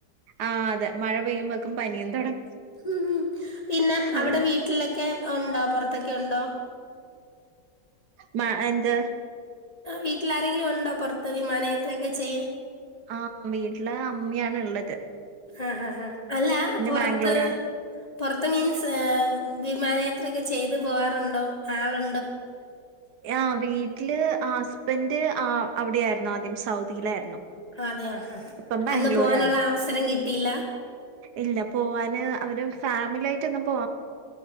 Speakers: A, on the right; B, on the left.
A: ആഹ് അതെ മഴ പെയ്യുമ്പക്കും പനിയും തുടങ്ങും
B: ഉം ഉം പിന്നെ
A: ആ
B: അവിടെ വീട്ടിലൊക്കെ ഉണ്ടോ പുറത്തൊക്കെ ഉണ്ടോ
A: മാ എന്ത്‌?
B: വീട്ടിൽ ആരങ്കിലും ഉണ്ടോ പൊറത്ത് വിമാനയാത്രയൊക്കെ ചെയ്യൻ?.
A: ആഹ് വീട്ടില് അമ്മയാണ് ള്ളത്
B: ആഹ് ഹ ഹ അല്ല പൊറത്ത്?
A: ബാംഗ്ലൂരാണ്
B: പൊറത്ത് മീൻസ് വിമാനയാത്രൊക്കെ ചെയ്തു പോകറുണ്ടോ? ആള്
A: യഹ് വീ വീട്ടില് ആഹ് ഹസ്ബൻഡ് അവിടെയായിരുന്നു ആദ്യം സൗദിയിലായിരുന്നു
B: അതെയ ആഹ്
A: ഇപ്പം ബാംഗ്ലൂരാണ്
B: അന്ന് പോവാനുള്ള അവസരം കിട്ടിയില്ല?
A: ഇല്ല പോവാന് അവര് ഫാമിലി ആയിട്ട് ഒന്നും പോവാ